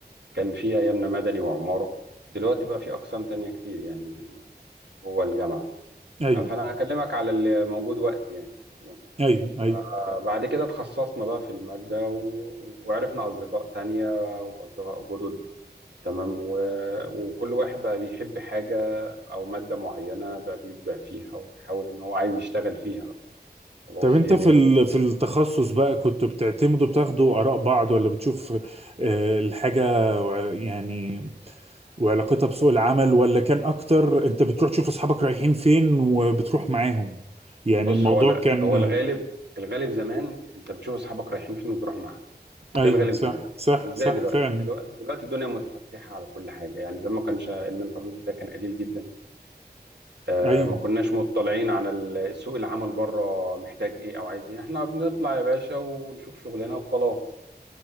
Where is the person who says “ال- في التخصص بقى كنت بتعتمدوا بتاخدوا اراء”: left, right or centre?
Right